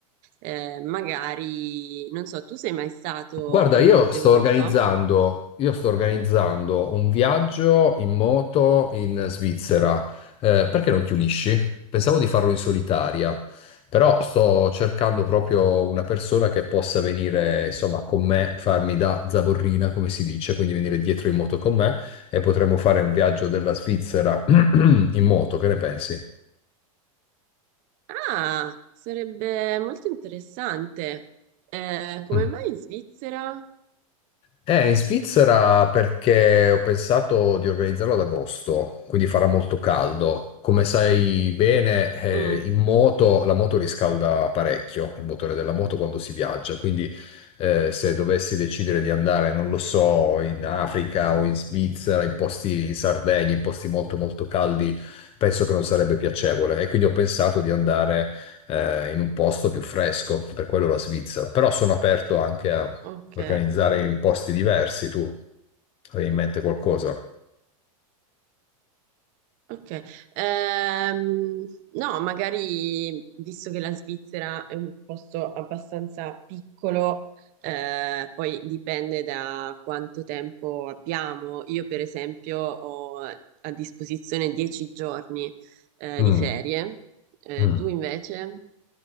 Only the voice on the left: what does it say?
Guarda,
io
sto
organizzando, io sto organizzando un viaggio in moto in Svizzera. Eh, perché non ti unisci? Pensavo di farlo in solitaria, però sto cercando proprio una persona che possa venire, insomma, con me, farmi da zavorrina, come si dice, quindi venire dietro in moto con me e potremmo fare un viaggio della Svizzera <clears throat> in moto, che ne pensi?
Mm.
Eh, in Svizzera perché ho pensato di organizzarlo ad agosto, quindi farà molto caldo. Come sai bene, eh,
in moto la moto riscalda parecchio, il motore della moto quando si viaggia, quindi eh, se dovessi decidere di andare, non lo so, in Africa o in Svizzera, in posti in Sardegna, in posti molto molto caldi, penso che non sarebbe piacevole e quindi ho pensato di andare eh, in un posto più fresco, per quello la Svizzera, però sono aperto anche
organizzare in posti diversi, tu avevi in mente qualcosa?
Mm,
mm.